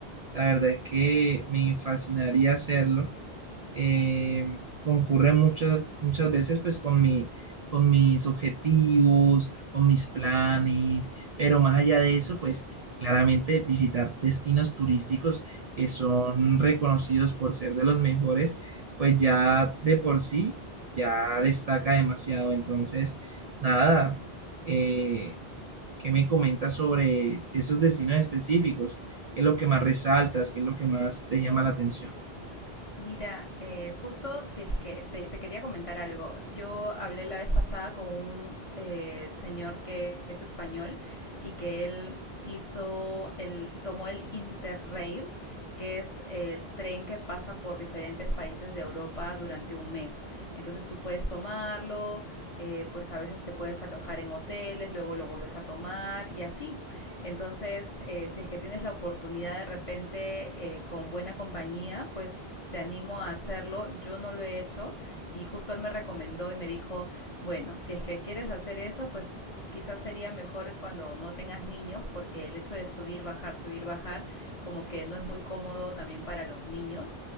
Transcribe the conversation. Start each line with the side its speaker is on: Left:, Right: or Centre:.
Right: la verdad es que me fascinaría hacerlo eh, concurre muchas, muchas veces pues con mi, con mis objetivos, con mis planes, pero más allá de eso, pues claramente visitar destinos turísticos que son reconocidos por ser de los mejores, pues ya de por sí, ya destaca demasiado. Entonces, nada, eh, ¿qué me comentas sobre esos destinos específicos? ¿Qué es lo que más resaltas? ¿Qué es lo que más te llama la atención?
Left: Mira, eh, justo si es que te, te quería comentar algo. Yo hablé la vez pasada con un eh, señor que es español y que él hizo el, tomó el Interrail, que es el tren que pasa por diferentes países de Europa durante un mes. Entonces tú puedes tomarlo, eh, pues a veces te puedes alojar en hoteles, luego lo vuelves a tomar y así. Entonces, eh, si es que tienes la oportunidad de repente eh, con buena compañía, pues te animo a hacerlo. Yo no lo he hecho y justo él me recomendó y me dijo, bueno, si es que quieres hacer eso, pues quizás sería mejor cuando no tengas niños, porque el hecho de subir, bajar, subir, bajar, como que no es muy cómodo también para los niños,